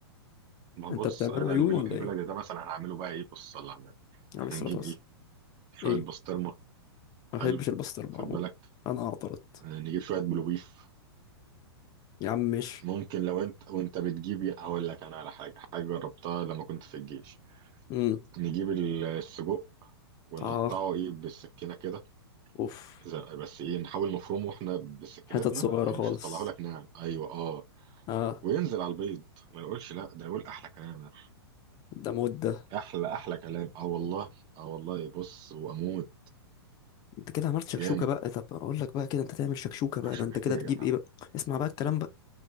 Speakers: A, on the right (about 35°); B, on the left (about 30°).
A: ما
B: انت
A: بص
B: بتعمله
A: انا
B: عيون
A: البل-
B: ولا
A: البلد
B: ايه
A: ده مثلا هعمله بقى ايه بص صلى على النبي
B: عليه
A: احنا
B: الصلاه
A: نجيب
B: والسلام
A: ايه شويه
B: ايه
A: بسطرمه حلو
B: ما بحبش البسطرمه
A: خد
B: عموما
A: بالك
B: انا اعترضت
A: اه، نجيب شويه بلوبيف
B: يا عم مش
A: ممكن لو انت وانت بتجيب هقول لك انا على حاجه حاجه جربتها لما كنت في الجيش
B: امم
A: نجيب ال- السجق ونقطعه
B: اه
A: ايه بالسكينه كده
B: اوف
A: إذا- بس ايه نحاول نفرمه احنا بسكينتنا
B: حتت صغيره
A: يعني
B: خالص
A: مش هطلعه لك ناعم ايوه اه
B: اه
A: وينزل على البيض ما يقولش لا ده يقول احلى كلام ده
B: ده مود ده
A: احلى احلى كلام اه والله اه والله بص واموت
B: انت كده عملت شكشوكه
A: جامد
B: بقى طب اقول لك بقى كده انت تعمل شكشوكه بقى
A: شكشوكة
B: ده انت كده
A: ايه
B: تجيب
A: يا جدع
B: ايه بقى اسمع بقى الكلام بقى